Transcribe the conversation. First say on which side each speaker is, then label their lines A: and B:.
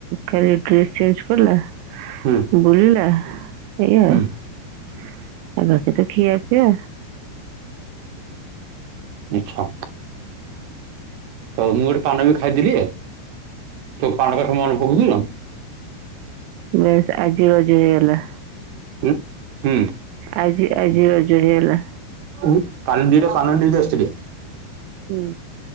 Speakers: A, on the right; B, on the right.
A: ଫେରେ ଡ୍ରେସ୍ ଚେଞ୍ଜ କଲା
B: ହୁଁ।
A: ବୁଲିଲା, ଏଇ ଆଉ
B: ହୁଁ
A: ଆଉ ବାକି ତ ଠୀଆ ପିଆ।
B: ମିଛ। ତ ମୁଁ ଗୋଟେ ପାନ ବି ଖାଇଦେଲିି ତୋ ପାନ କଥା ମନେ ପକେଇକି।
A: ବେଶ ଆଜି ରଜ ହେଇଗଲା।
B: ଉଁ ହୁଁ।
A: ଆଜି ଆଜି ହେଇଗଲା।
B: ଉଁ କାଲି ଦିଟା ପାନ ନେଇକି ଆସିଥିଲି।
A: ଉଁ।